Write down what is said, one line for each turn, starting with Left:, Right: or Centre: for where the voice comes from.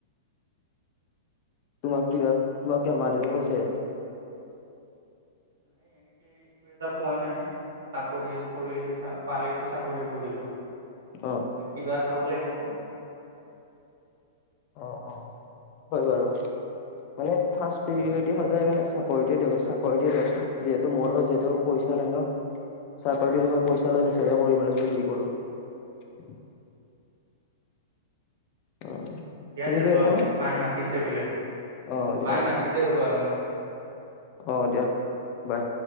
Left: তোমাক কিবা তোমাক কিবা মা দেউতাক কৈছে?
Right: নাই এনেকে একো এটা কোৱা নাই চাকৰি কৰিলে চা পালেতো চাকৰি কৰিলো৷
Left: অ
Right: নহলে কিবা চাব লাগিব৷
Left: অ-অ হয় বাৰু৷ মানে ফাষ্ট পিৰিয়তি সদায় মানে চাকৰি-চাকৰি দিয়চোন যিহেতু মোৰ যিহেতু পইছা পইছা নাই ন চাকৰি পইচা লৈ বেচাৰে কৰিব লাগিব যি কৰো <unintelligible> অ
Right: দিয়া
Left: শুনি
Right: দেব
Left: পাই আছা নে
Right: এই মাই মাতিছে বোলে
Left: অ দিয়া
Right: মায়
Left: দিয়া
Right: মাতিছে ৰ'বা অলপমান৷
Left: অ দিয়া বাই